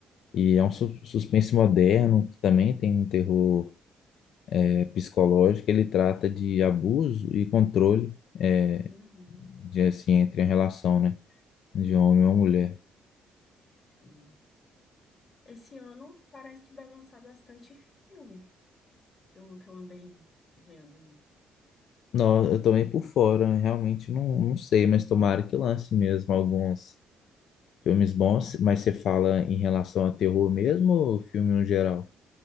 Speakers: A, on the left; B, on the left.
A: E é um su- suspense moderno, que também tem um terror, é, psicológico. Ele trata de abuso e controle. é,
B: Uhum,
A: de assim, entre a relação, né? De um homem ou mulher.
B: sim. Esse ano parece que vai lançar bastante filme, pelo que eu andei vendo aí.
A: Não, eu tô meio por fora, realmente não, não sei, mas tomara que lance mesmo alguns filmes bons. Mas você fala em relação a terror mesmo ou filme no geral?